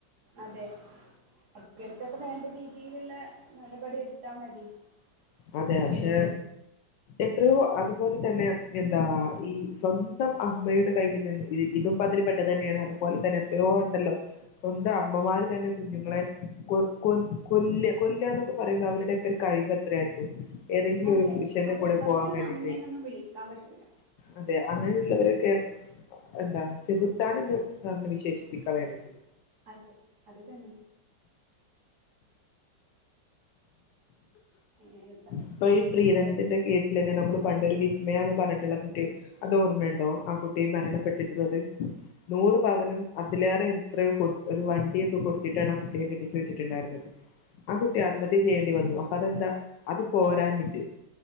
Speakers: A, on the right; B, on the left.
A: അതെ അ ഇവർക്കൊക്കെ വേണ്ട രീതിയിലുള്ള നടപടി എടു ത്താ മതി
B: അതെ
A: ഇവർക്കെതിരെ
B: പക്ഷെ എത്രയോ അതുപോലെ തന്നെ എന്താ ഈ സ്വന്തം അമ്മയുടെ കയ്യിൽ നിന്ന്ഇത് ഇതുംപ്പതിൽ പെട്ടതന്നെയാണ് അതുപോലെ തന്നെ എത്രയോ ഉണ്ടല്ലോ സ്വന്തം അമ്മമാര് തന്നെ കുഞ്ഞുങ്ങളെ കൊ കൊ കൊല്ല കൊല്ല എന്നൊക്കെ പറയുമ്പോ അവരുടെയൊക്കെ ഒരു കഴിവ ത്രയാരിക്കും? ഏതെങ്കിലും
A: അതെ
B: ഒരു പുരുഷന്റെ
A: അവര്
B: കൂടെ പോകൻ
A: അവരൊന്നും
B: വേണ്ടിട്ട്
A: അമ്മേന്നൊന്നും വിളിക്കാൻ പറ്റൂല
B: അതെ അങ്ങനെയുള്ളവരെ ക്കെ എന്താ ചെുകുത്താൻ എന്ന് പറഞ്ഞ് വിശേഷിപ്പിക്ക വേണെങ്കിൽ.
A: അതെ അത് തന്നെ. ഏഹ്
B: ഇപ്പൊ ഈ സ്ത്രീധനത്തിന്റെ
A: ലോ
B: കേസിൽ തന്നെ നമ്മൾ പണ്ടൊരു വിസ്മയന്ന് പറഞ്ഞിട്ടുള്ള കുട്ടി അത് ഓർമ്മയുണ്ടോ ആ കുട്ടി മരണപ്പെട്ടിട്ടുള്ളത് നൂറ് പവനം അതിലേറെ എത്രയോ കൊടു ഒരു വണ്ടിയൊക്കെ കൊടുത്തിട്ടാണ് ആ കുട്ടിയെ കെട്ടിച്ചു വിട്ടിട്ടുണ്ടായിരുന്നത്. ആ കു ആത്മത്യ ചെയ്യേണ്ടി വന്ന അപ്പൊ അതെന്താ? അത് പോരാഞ്ഞിട്ട്